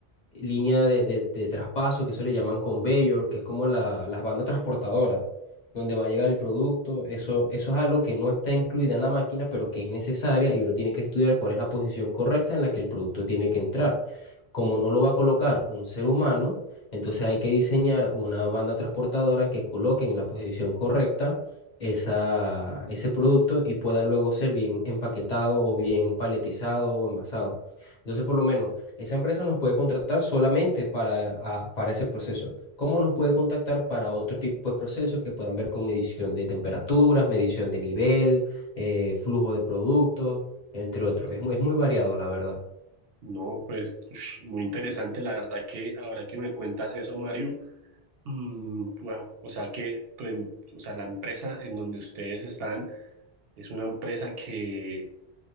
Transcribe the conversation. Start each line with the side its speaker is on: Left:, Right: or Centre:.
Left: línea de, de, de traspaso que se le llaman conveyor, que es como la, las bandas transportadoras, donde va a llegar el producto. Eso, eso es algo que no está incluida en la máquina, pero que es necesaria y uno tiene que estudiar cuál es la posición correcta en la que el producto tiene que entrar. Como no lo va a colocar un ser humano, entonces hay que diseñar una banda transportadora que coloquen en la posición correcta esa, ese producto y pueda luego ser bien empaquetado o bien paletizado o envasado. Entonces, por lo menos, esa empresa nos puede contratar solamente para, a- para ese proceso. ¿Cómo nos puede contactar para otro tipo de procesos que puedan ver con medición de temperaturas, medición de nivel, eh, flujo de productos, entre otros? Es muy, es muy variado, la verdad.
Right: No, pues ush, muy interesante, la verdad que ahora que me cuentas eso, Mario, mm, wow, o sea que tu em- o sea, la empresa en donde ustedes están es una empresa que